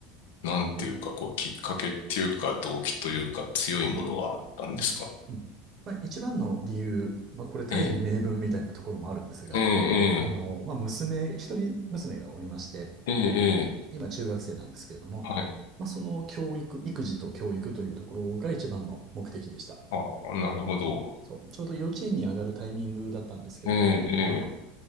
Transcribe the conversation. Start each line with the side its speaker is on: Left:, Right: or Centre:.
Left: なんていうか、こう、きっかけっていうか、動機というか、強いものはあったんですか
Right: うんうんまあ、一番の理由、まあ、これ大義名分みたいなところもあるんですが、
Left: ええ、え
Right: あの、
Left: え、
Right: まあ、娘、一人娘がおりまして、
Left: ええ、ええ、ええ
Right: 今中学生なんですけれども、
Left: はい。
Right: まあ、その教育、育児と教育というところが一番の目的でした。
Left: ああ、なるほど。
Right: そう、ちょうど幼稚園に上がるタイミングだったんですけれども、
Left: ええ、
Right: バンコク。